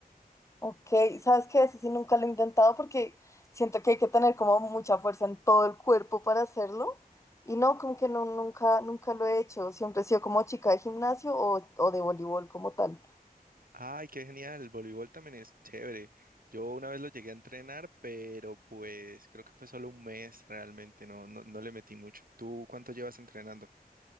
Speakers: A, on the left; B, on the right.
A: Ok, ¿sabes qué? Eso sí nunca lo he intentado porque siento que hay que tener como mucha fuerza en todo el cuerpo para hacerlo. Y no, como que no, nunca, nunca lo he hecho. Siempre he sido como chica de gimnasio o, o de voleibol como tal.
B: Ay, qué genial. El voleibol también es chévere. Yo una vez lo llegué a entrenar, pero pues creo que fue solo un mes realmente. No, no, no le metí mucho. ¿Tú cuánto llevas entrenando?